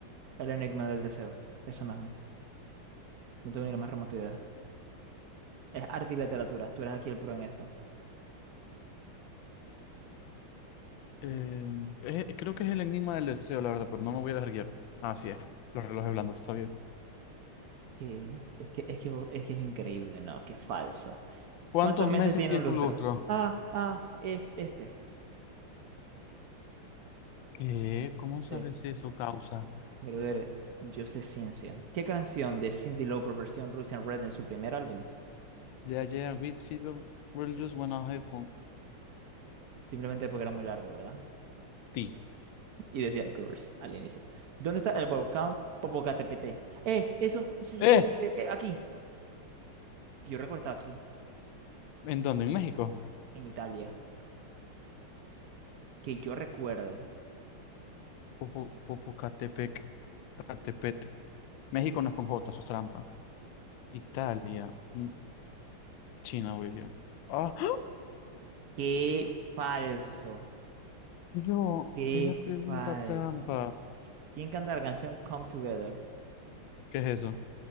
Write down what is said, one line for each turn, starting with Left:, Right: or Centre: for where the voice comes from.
Right: El enigma del deseo. Ese mismo. No tengo ni la más remota idea. Es arte y literatura. Tú eres aquí el pro en esto.
Left: Eh, eh, creo que es el enigma del deseo, la verdad, pero no me voy a dejar guiar. Así es, los relojes blandos, sabía.
Right: Sí, es que, es que, es que es increíble, ¿no? Qué falso.
Left: ¿Cuántos
Right: ¿Cuántos meses
Left: meses
Right: tiene
Left: tiene
Right: un lustro?
Left: un lustro?
Right: Ah, ah, eh, este.
Left: ¿Qué? ¿Cómo sabes
Right: Eh,
Left: eso, causa?
Right: brother, yo sé ciencia. ¿Qué canción de Cyndi Lauper versión Russian Red en su primer álbum?
Left: Yeah, yeah, we see the we'll just wanna have fun.
Right: Simplemente porque era muy largo, ¿verdad?
Left: Ti.
Right: Y decía girls al inicio. ¿Dónde está el volcán Popocatépetl? Eh, eso, eso, yo
Left: Eh,
Right: eh, eh, aquí. Yo recuerdo estaba aquí,
Left: ¿en dónde? En México.
Right: en Italia. Que yo recuerde.
Left: Popo- Popocatepec, Catepet. México no es con J, eso es trampa. Italia, mm, China, William. Ah, ¡ah!
Right: Qué falso.
Left: pero
Right: Qué
Left: era pregunta
Right: falso.
Left: trampa.
Right: ¿Quién canta la canción Come Together?
Left: ¿Qué es eso?